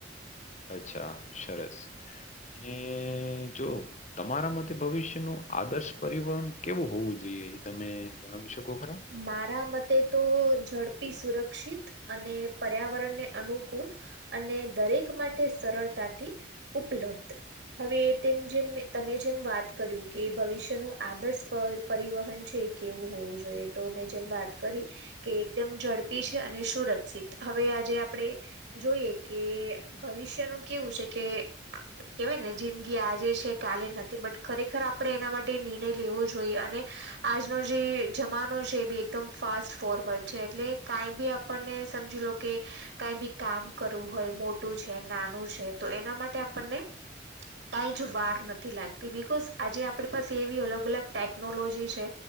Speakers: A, on the left; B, on the right.
A: અચ્છા સરસ અને જો તમારા માટે ભવિષ્ય નુ આદર્શ પરિવહન કેવું હોવું જોઈએ એ તમે જણાવી શકો ખરા
B: મારા મતે તો ઝડપી, સુરક્ષિત અને પર્યાવરણને અનુકૂળ અને દરેક માટે સરળતાથી ઉપલબ્ધ હવે તેમ જેમ તમે જેમ વાત કર્યું કે ભવિષ્યનું આદર્શ પર પરિવહન છે કેવું હોવું જોઈએ તો મે જેમ વાત કરી કે એકદમ ઝડપી છે અને સુરક્ષિત હવે આજે આપણે જોઈએ કે ભવિષ્યનું કેવું છે કે કેવાય ને જિંદગી આજે છે કાલે નથી બટ ખરેખર આપણે એના માટે નિર્ણય લેવો જોઈએ અને આજનો જે જમા છે બ એકદમ ફાસ્ટ ફોરવર્ડ છે એટલે કાઈ બી આપણને સમજી લો કે કાઈ બી કામ કરવું હોય મોટું છે નાનું છે તો એના માટે આપણને કાઈ જ વાર નથી લાગતી બિકોઝ આજે આપણી પાસે એવી અલગ અલગ ટેકનોલોજી છે